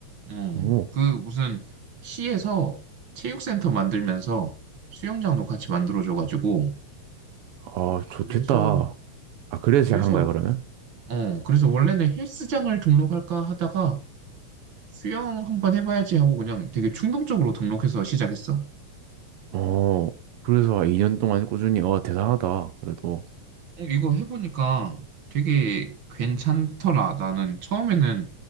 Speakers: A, on the right; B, on the right.
A: 어그
B: 오,
A: 무슨 시에서 체육센터 만들면서 수영장도 같이 만들어줘가지고
B: 아,
A: 그래서
B: 좋겠다. 아, 그래서
A: 그래서
B: 시작한 거야, 그러면?
A: 어 그래서 원래는 헬스장을 등록할까 하다가 수영 한번 해봐야지 하고 그냥 되게 충동적으로 등록해서 시작했어
B: 어, 그래서 2년 동안 꾸준히, 어, 대단하다. 그래도,
A: 어, 이거 해보니까 되게 괜찮더라. 나는 처음에는